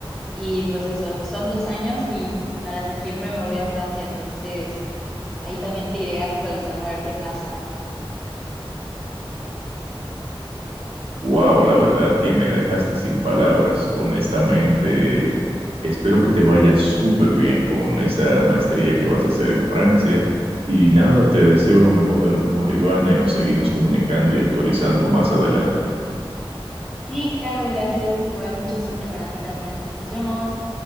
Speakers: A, in the centre; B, on the right (about 80°).
A: Y pues eso, son dos años y para septiembre me voy a Francia, entonces ahí también te iré actualizando a ver qué pasa.
B: Wow, la verdad que me dejaste sin palabras. Honestamente, espero que te vaya súper bien con esa maestría que vas a hacer en Francia. Y nada, te deseo lo mejor de lo mejor, Ivana, y nos seguimos comunicando y actualizando más adelante.
A: Sí, claro, gracias. Igual mucha suerte para ti también. Nos vemos.